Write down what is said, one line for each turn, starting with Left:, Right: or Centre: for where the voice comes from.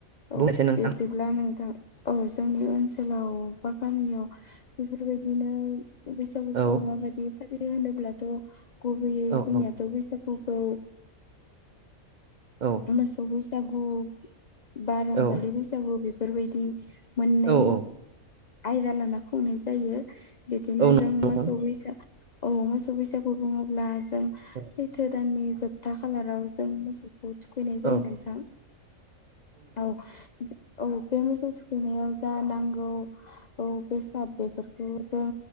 Left: औ
Right: बुंनायसाय नोंथां
Left: बिब्दिब्ला नोंथां औ जोंनि ओनसोलाव बा गामियाव बेफोरबायदिनो बैसागुखौ
Right: औ
Left: माबायदि फालियो होनोब्ला थ' गुबैयै
Right: औ
Left: जोंनियाथ'
Right: औ
Left: बैसागुखौ
Right: औ
Left: मोसौ बैसागु बा रंजालि
Right: औ
Left: बैसागु बेफोरबायदि मोननै
Right: औ औ
Left: आयदा लाना खुंनाय जायो बिदिनो
Right: औ नोंथां
Left: जों मोसौ बैसा औ मोसौ बैसागु बुङोब्ला जों
Right: औ
Left: सैथो दाननि जोबथा खालाराव जों मोसौखौ थुखैनो जायो
Right: औ
Left: नोंथां औ औ बे मोसौ थुखैनायाव जा नांगौ औ बेसाब बेफोरखौ जों